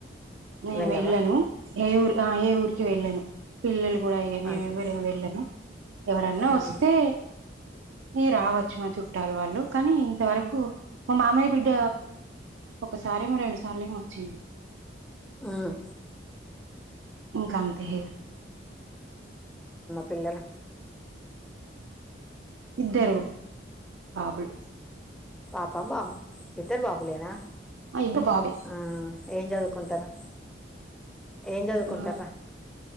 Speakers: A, on the right; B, in the centre.
A: నేను
B: వెళ్ళవా
A: వెళ్ళను ఏ ఊర్కి ఏ ఊరికి వెళ్ళను పిల్లలు కూడా ఇగ ఆ మేము
B: అంతే
A: ఎవ్వరేం వెళ్ళము ఎవరన్నా
B: ఉమ్
A: వస్తే ఈ రావచ్చు మా చుట్టూ పుట్టారు వాళ్ళు కానీ ఇంతవరకు మా మామయ్య బిడ్డ ఒకసారేమో రెండు సార్లు ఏమో వచ్చింది
B: ఉమ్
A: ఇంకాని త
B: పిల్లల
A: ఇద్దరు బాబులు
B: పాపాా బాబ ఇద్దర బాపుూలేనా
A: ఆ ఇద్దరు బాబే
B: ఆ ఏం చదువుకుంటారు ఏం చదువుకుంటార
A: ఆ